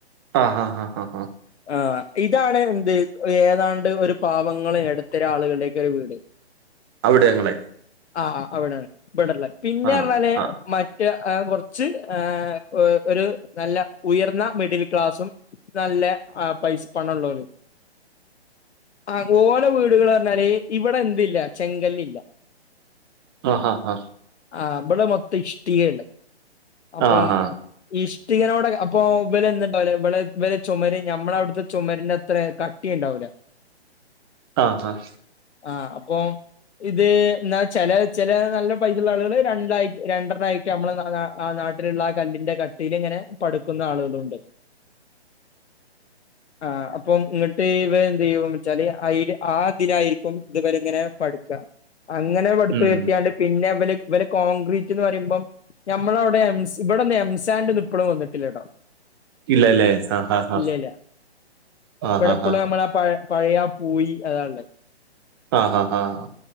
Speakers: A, on the right (about 20°); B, on the left (about 80°).
A: ആഹ് ആഹ് ആഹ് ആഹ് ആഹ് ആഹ് ആഹ്
B: ആഹ് ഇതാണ് എന്ത് ഏതാണ്ട് ഒരു പാവങ്ങളെ എടത്തര ആളുകളുടെക്കെ ഒരു വീട്.
A: അവിടെ ഞങ്ങളെ
B: ആഹ് അവ്ടെ ഇബടല്ലെ പിന്നെ
A: ആഹ്
B: പറഞ്ഞാല്
A: ആഹ്
B: മ റ്റ കൊറച്ച് ഏ ഒരു നല്ല ഉയർന്ന മിഡിൽ ക്ലാസ്സും നല്ല ആ പൈസ പണള്ളോലും ആ ഓല വീടുകൾ പറഞ്ഞാല് ഇവിടെ എന്തില്ല ചെങ്കല്ല് ഇല്ല
A: ആഹ് ആഹ്
B: ആ ഇബടെ മൊത്തം ഇഷ്ടികേണ്ട് അപ്പം
A: ആഹ് ആഹ്
B: ഇഷ്ടികനോട് അപ്പോ ഇവല് എ ന്തുണ്ടാവുല ഇവള് ഇവരെ ചുമരി നമ്മളെ അവിടുത്തെ ചുമരിന്റെ അത്ര ക ട്ടി ഇണ്ടാവുല്ല
A: ആഹ് ആഹ്
B: ആ അപ്പൊ ഇത് ഇന്നാ ചെല ചെല നല്ല പൈസ ഉള്ള ആളുകള് രണ്ടായിട്ട് രണ്ടർണ്ണ ആയിട്ട് നമ്മളെ ആ നാട്ടിലുള്ള ആ കല്ലിന്റെ കട്ടീല് ഇങ്ങനെ പട്ക്കുന്ന ആളുകളുണ്ട്. ആ അപ്പം ഇങ്ങട്ട് ഇവ എന്ത് ചെയ്യും വെച്ചാല് ആതിലായിരിക്കും ഇതുവരെ ഇങ്ങനെ പട് ക്ക അങ്ങനെ പട്ത്തുയർത്തിയാണ്ട്
A: ഉം
B: പിന്നെ ഇവല് ഇവര് കോൺക്രീറ്റ് എന്ന് പറയുമ്പം. നമ്മള അവടെ എംസ് എംസാന്റ് ഇവിടെന്നും എംസാൻഡ്ന്നും ഇപ്പോഴും വന്നിട്ടില്ലേടോ.
A: ഇല്ലല്ലേ ആഹ് ആഹ്
B: ഇല്ലല്ല
A: ആഹ്
B: ഇവിടെ
A: ആഹ്
B: ഇപ്പളും
A: ആഹ്
B: നമ്മള പഴയാ പഴയ പോയി അതാല്ലേ.
A: ആഹ്‌ ഹാ ആ